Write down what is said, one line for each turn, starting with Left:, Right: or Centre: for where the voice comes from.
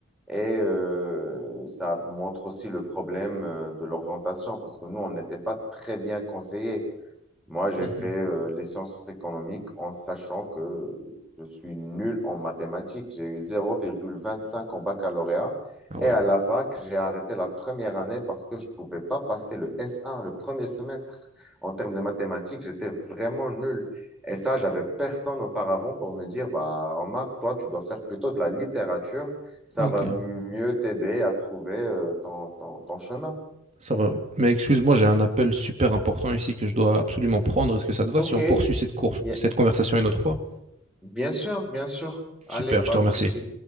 Centre: et euh, ça montre aussi le problème euh, de l'orientation parce que nous, on n'était pas très bien conseillés. Moi, j'ai
Right: Mhm.
Centre: fait euh, les sciences économiques en sachant que je suis nul en mathématiques. J'ai eu zéro virgule vingt-cinq en baccalauréat
Right: Ah ouais,
Centre: et à la fac, j'ai arrêté la première année parce que je ne pouvais pas passer le S1, le premier semestre. En termes de mathématiques, j'étais vraiment nul. Et ça, j'avais personne auparavant pour me dire, bah, remarque, toi, tu dois faire plutôt de la littérature. Ça
Right: ok,
Centre: va mieux t'aider à trouver euh, ton, ton ton chemin.
Right: ça va. Mais excuse-moi, j'ai un appel super important ici que je dois absolument prendre. Est-ce que ça te va
Centre: Ok,
Right: si on poursuit cette cour-
Centre: bien
Right: cette conversation une autre fois?
Centre: bien sûr, bien sûr.
Right: Super,
Centre: Allez, pas
Right: je te remercie.
Centre: de souci.